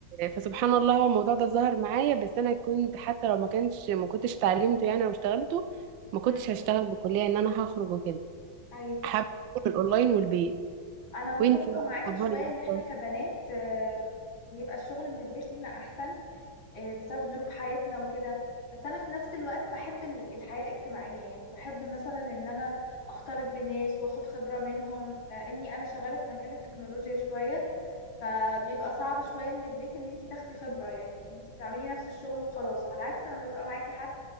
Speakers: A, on the right; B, on the left.
A: فسبحان الله هو الموضوع ده ظهر معايا بس أنا كنت حتى لو ما كانش ما كنتش اتعلمته يعني أو اشتغلته ما كنتش
B: امم
A: هشتغل بالكلية إن أنا هخرج وكده
B: ايوه
A: حابة أكون الأونلاين والبيت
B: انا متفقه
A: وأنتي بقى
B: معاكي
A: بتفضلي
B: شويه ان
A: أكتر
B: احنا كبنات آه، بيبقى الشغل من البيت لينا احسن آه، بسبب ظروف حياتنا وكده بس انا في نفس الوقت بحب ال- الحياة الاجتماعية يعني بحب مثلا ان انا اختلط بناس واخد خبرة منهم لاني انا شغالة في مجال التكنولوجيا شوية فبيبقى صعب شوية من البيت ان انتي تاخدي خبرة يعني انتي بتعملي نفس الشغل وخلاص على عكس لما بيبقى معاكي حد